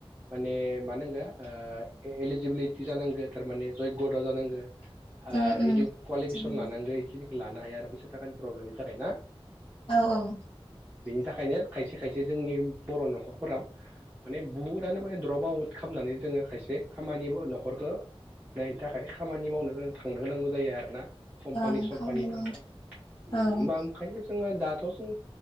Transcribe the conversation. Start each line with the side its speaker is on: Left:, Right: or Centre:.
Right: माने मानांगो एलिजिबिलिटि जानांगो थारमाने जग्य दा जानांगोन।
Left: उम उम
Right: इ कुवालिफिकेसन
Left: जानांगौ
Right: लानांगौ बेखिनिखौ लानो हाया आरो फैसा थाखानि प्रब्लेमनि थाखाय ना?
Left: औ औ।
Right: बेनि थाखायनो खायसे खायसे जोंनि बर' न'खरफोराव माने बहुदनो माने द्रप आउट खालाम नानै जोङो खायसे खामानि न'खरखौ नायनो थाखाय खामानि मावनो गोनां थांनो गोनांगौ जायो आरो ना। कम्पानि
Left: ओं
Right: सम्पानिफोराव
Left: खामानि मावनो
Right: हम होनबा
Left: औ
Right: ओंखायो जोङो दाथ' जों